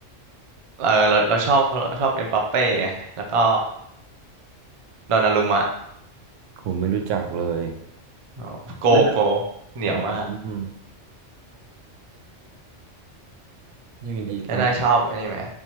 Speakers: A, on the right; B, on the right.
A: เออเราเราชอบเราชอบเอ็มบัปเป้ไงแล้วก็ดอนนารุมะ
B: ผมไม่รู้จักเลย
A: อ๋อโกโก
B: แล้วแบบ
A: เหนียวมาก
B: อืมอย่างดีเป็น
A: แล้วนายชอบไอันนี้ไหม